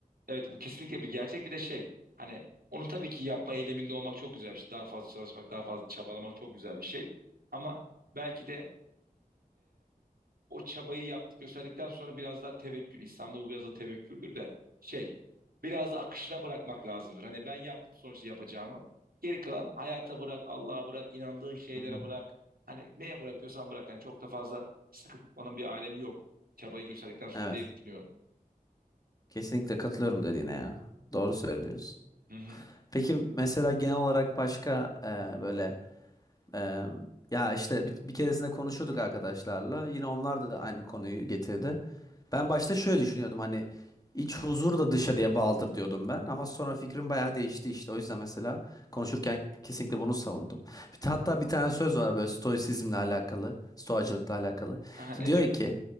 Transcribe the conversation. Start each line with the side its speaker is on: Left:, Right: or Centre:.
Right: Evet bu kesinlikle bir gerçek bir de şey. Hani onu tabii ki yapma eyleminde olmak çok güzel bir şey. Daha fazla çalışmak, daha fazla çabalamak çok güzel bir şey. Ama belki de o çabayı yaptık gösterdikten sonra biraz daha tevekkül. İslam'da bu biraz da tevekküldür de şey biraz da akışına bırakmak lazımdır. Hani ben yaptım sonuçta yapacağımı. Geri kalan hayata bırak, Allah'a bırak, inandığın şeylere
Left: Hı hı.
Right: bırak. Hani neye bırakıyorsan bırak. Hani çok da fazla sıkı tutmanın bir alemi yok. Çabayı gösterdikten sonra
Left: Evet.
Right: diye düşünüyorum.
Left: Kesinlikle katılıyorum dediğine ya. Doğru söylüyorsun.
Right: Hı hı. <laughs>
Left: Peki mesela genel olarak başka e, böyle Ee, ya işte bir, bir keresinde konuşuyorduk arkadaşlarla. Yine onlar da aynı konuyu getirdi. Ben başta şöyle düşünüyordum hani iç huzur da dışarıya bağlıdır diyordum ben. Ama sonra fikrim bayağı değişti işte. O yüzden mesela konuşurken kesinlikle bunu savundum. Bir, hatta bir tane söz var böyle stoisizmle alakalı, stoacılıkla alakalı.
Right: Ha,
Left: İşte
Right: Ne
Left: diyor
Right: diyor?
Left: ki